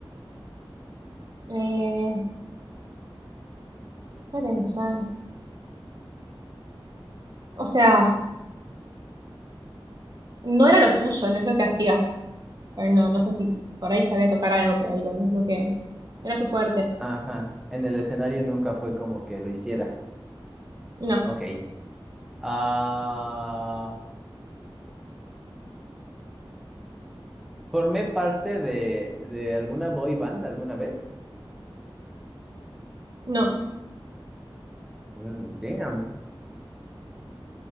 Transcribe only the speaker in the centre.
Ajá, en el escenario nunca fue como que lo hiciera.
Ok. Ah, ¿formé parte de, de alguna boy band alguna vez?
Mm, damn.